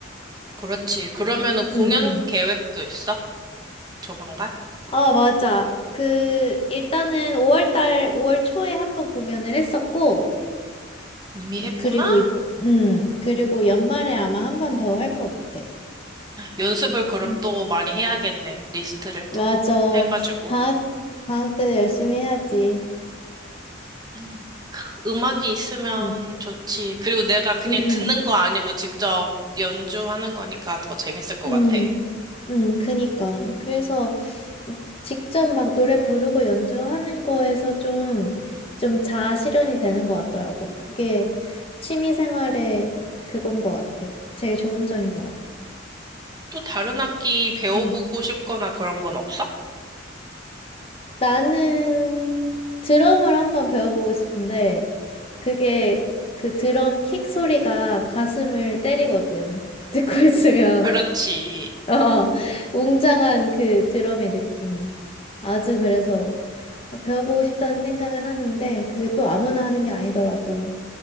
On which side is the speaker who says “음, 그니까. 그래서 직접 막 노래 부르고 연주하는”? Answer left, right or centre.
Left